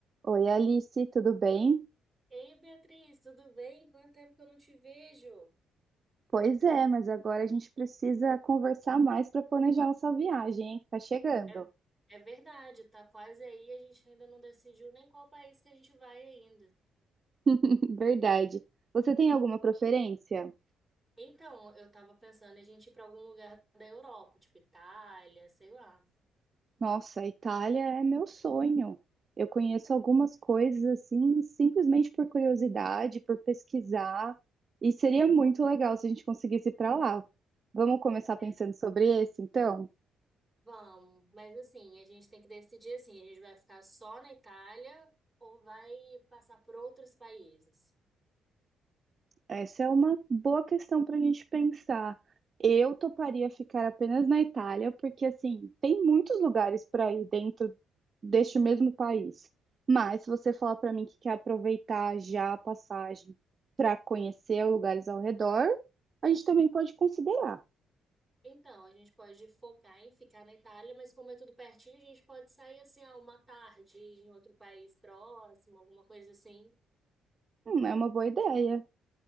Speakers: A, on the right; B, in the centre.
A: Oi, Alice, tudo bem?
B: Ei, Beatriz, tudo bem? Quanto tempo que eu não te vejo?
A: Pois é, mas agora a gente precisa conversar mais para planejar nossa viagem, hein, que tá chegando.
B: É, é verdade, tá quase aí, a gente ainda não decidiu nem qual país que a gente vai ainda.
A: <laughs> Verdade. Você tem alguma preferência?
B: Então, eu tava pensando em a gente ir pra algum lugar da Europa, tipo Itália, sei lá.
A: Nossa, a Itália é meu sonho. Eu conheço algumas coisas assim, simplesmente por curiosidade, por pesquisar, e seria muito legal se a gente conseguisse ir para lá. Vamos começar pensando
B: É,
A: sobre esse, então?
B: vamos, mas assim, a gente tem que decidir assim, a gente vai ficar só na Itália ou vai passar por outros países?
A: Essa é uma boa questão para a gente pensar. Eu toparia ficar apenas na Itália, porque assim, tem muitos lugares para ir dentro deste mesmo país. Mas se você falar para mim que quer aproveitar já a passagem para conhecer lugares ao redor, a gente também pode considerar.
B: Então, a gente pode focar em ficar na Itália, mas como é tudo pertinho, a gente pode sair assim, ah, uma tarde em outro país próximo, alguma coisa assim.
A: Hum, é uma boa ideia.